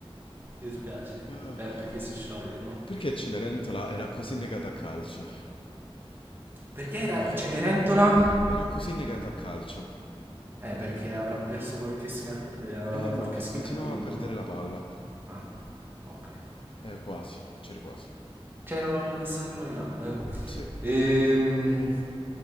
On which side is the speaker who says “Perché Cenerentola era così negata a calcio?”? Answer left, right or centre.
Left